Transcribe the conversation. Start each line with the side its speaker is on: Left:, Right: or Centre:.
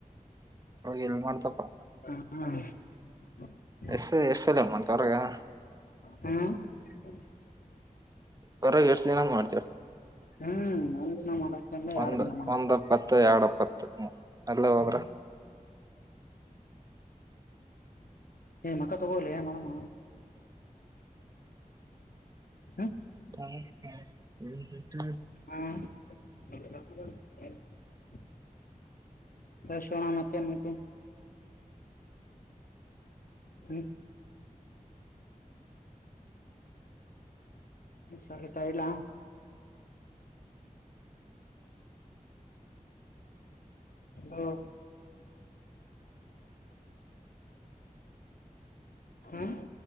Right: ಎಲ್ಲಿ ಮಾಡ್ತಪ್ಪಾ
Left: ಹಾ
Right: ಎಷ್ಟ ಎಷ್ಟಲ್ಲಮ <unintelligible>
Left: ಹ್ಮ್ ಹ
Right: ಹೊರ ಎಶ್ಟ್ ದಿನ ಮಾಡ್ತೀರ
Left: ಹ್ಮ್ ಒಂದ್ ದಿನ ಮಾಡಕ್ಿಂದ
Right: ಒಂದ್
Left: ಎರಡ್ ದಿನ ಮಾಡ
Right: ಒಂದ್ ಎಪ್ಪತ್ತು ಎರಡ್ ಎಪ್ಪತ್ತು ಎಲ್ಲ ಹೋದ್ರ
Left: ಹ ಏ ಮಕ ತಗೋಲೀ ಮಡನ ಹ
Right: ಹ
Left: ಹ ಹ ಶೋಣ ಮತ್ತೆ ನಂತೆ ಹ್ಮ್ ಸರಿತ ಇಡ್ಲಾ
Right: ಅ
Left: ಹ್ಮ ಹ್ಮ